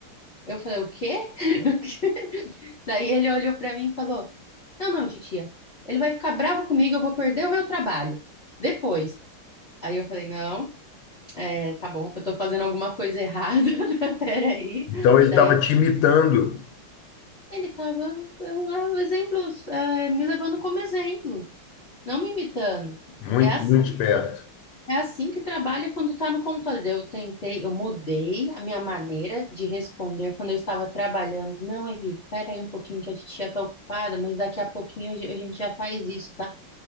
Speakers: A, on the left; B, on the left.
A: eu falei: O quê? <laughs> Daí ele olhou para mim e falou: Não, não, titia, ele vai ficar bravo comigo, eu vou perder o meu trabalho. Depois. Aí eu falei: Não. É, tá bom, eu tô fazendo alguma coisa errada, <laughs> peraí.
B: então ele
A: Daí
B: estava
A: eu-
B: te imitando.
A: ele tava, eu, eu- exemplos, é, me levando como exemplo, não me imitando.
B: Muito,
A: É assim,
B: muito esperto.
A: é assim que trabalha quando tá no computador. Eu tentei, eu mudei a minha maneira de responder quando eu estava trabalhando. Não, Henrique, peraí um pouquinho que a titia tá ocupada, mas daqui a pouquinho a ge- a gente já faz isso, tá?